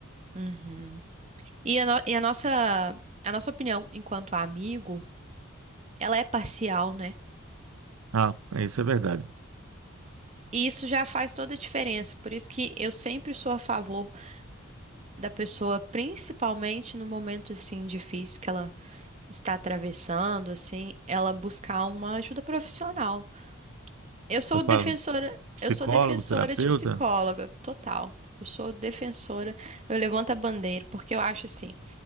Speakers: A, on the right; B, on the right.
A: Uhum. E a, no- e a nossa, a nossa opinião enquanto amigo, ela é parcial, né?
B: Ah, é, isso é verdade.
A: E isso já faz toda a diferença. Por isso que eu sempre sou a favor da pessoa, principalmente no momento assim difícil que ela está atravessando, assim, ela buscar uma ajuda profissional. Eu sou
B: Você fala
A: defensora,
B: psicólogo,
A: eu sou defensora
B: terapeuta?
A: de psicóloga, total. Eu sou defensora, eu levanto a bandeira, porque eu acho assim,